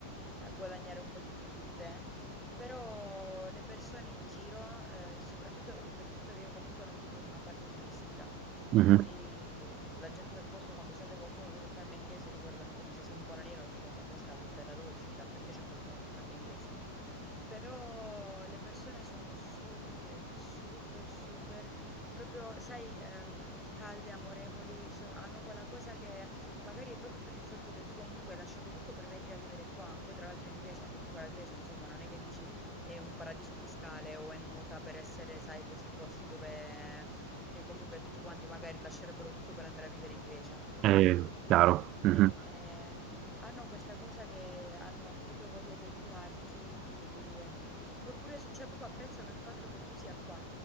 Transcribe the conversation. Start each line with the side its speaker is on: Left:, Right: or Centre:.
Centre: a guadagnare un po' di più su di te, però le persone in giro, eh, soprattutto per il fatto che io comunque non vivo in una parte turistica,
Right: Mhm,
Centre: quindi la gente del posto quando sente qualcuno che parla inglese ti guardano come se sia un po' un alieno e dicono ma questa, cioè da dove è uscita? Perché c'è qualcuno che parla inglese? Però le persone sono super, super, super, proprio, sai, ehm, calde, amorevoli, sono- hanno quella cosa che magari proprio per il fatto che tu comunque hai lasciato tutto per venire a vivere qua, poi tra l'altro in Grecia, comunque la Grecia, insomma, non è che dici è un paradiso fiscale o è nota per essere, sai, questi posti dove e comunque tutti quanti magari lascerebbero tutto per andare a vivere in Grecia. No,
Right: È chiaro, mhm.
Centre: e hanno questa cosa che hanno proprio voglia di aiutarti, di, mm, pro- pure su- cioè proprio apprezzano il fatto che tu sia qua